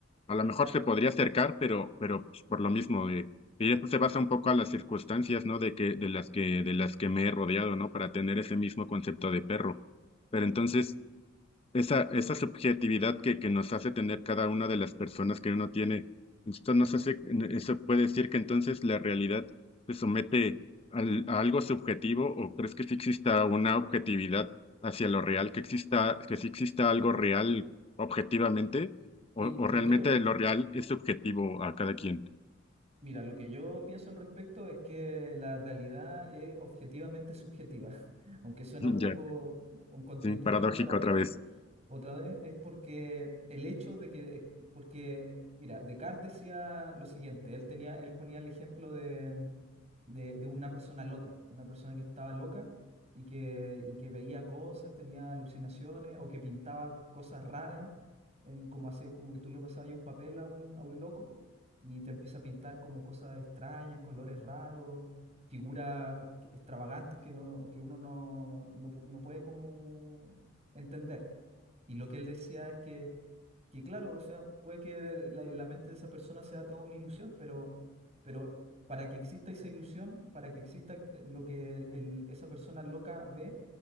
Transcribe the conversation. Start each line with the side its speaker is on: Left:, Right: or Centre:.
Left: A lo mejor
Right: Exacto.
Left: se podría acercar, pero, pero pues, por lo mismo, eh, y eso se basa un poco a las circunstancias, ¿no? De que, de las que, de las que me he rodeado, ¿no? Para tener ese mismo concepto de perro. Pero entonces, esa, esa subjetividad que, que nos hace tener cada una de las personas que uno tiene. Esto nos hace, eso puede decir que entonces la realidad se somete al- a algo subjetivo o crees que sí exista una objetividad hacia lo real, que exista, que sí exista algo real objetivamente o,
Right: Sí,
Left: o
Right: yo
Left: realmente
Right: creo.
Left: lo real es subjetivo a cada quien.
Right: Mira, lo que yo pienso al respecto es que la realidad es objetivamente subjetiva, <laughs> aunque suena
Left: <laughs>
Right: un
Left: Ya,
Right: poco un contraintuitivo
Left: sí, paradójico
Right: y paradójico.
Left: otra vez.
Right: Otra vez es porque el hecho de que, eh, porque, mira, Descartes decía lo siguiente, él tenía, él ponía el ejemplo de, de, de una persona loca, una persona que estaba loca y que, y que veía cosas, tenía alucinaciones o que pintaba cosas raras, en, como hacía, como que tú le pasabas ahí un papel a un, a un loco y te empieza a pintar como cosas extrañas, colores raros, figuras que- extravagantes que, no, que uno no, no, pu- no puede como entender. Y lo que él decía es que, que claro, o sea, puede que la, la mente de esa persona sea toda una ilusión, pero, pero para que exista esa ilusión, para que exista lo que el- esa persona loca ve,